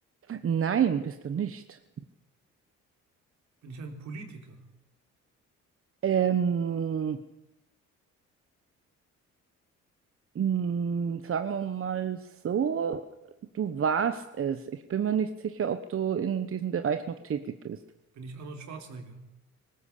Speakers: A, on the right (about 45°); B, on the right (about 65°).
A: nein, bist du nicht.
B: Bin ich ein Politiker?
A: Ähm. Mm, Sagen wir mal so, du warst es. Ich bin mir nicht sicher, ob du in diesem Bereich noch tätig bist.
B: Bin ich Arnold Schwarzenegger?